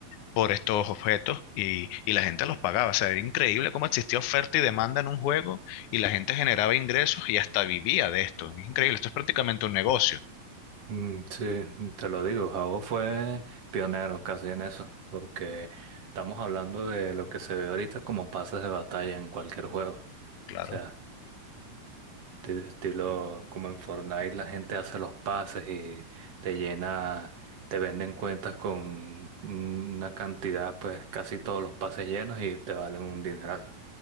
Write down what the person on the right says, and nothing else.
Mm, Sí, te lo digo, Jabo fue pionero casi en eso, porque estamos hablando de lo que se ve ahorita como pases de batalla en cualquier juego. O
sea, de- estilo como en Fortnite la gente hace los pases y te llena, te venden cuentas con una cantidad, pues casi todos los pases llenos y te valen un dineral.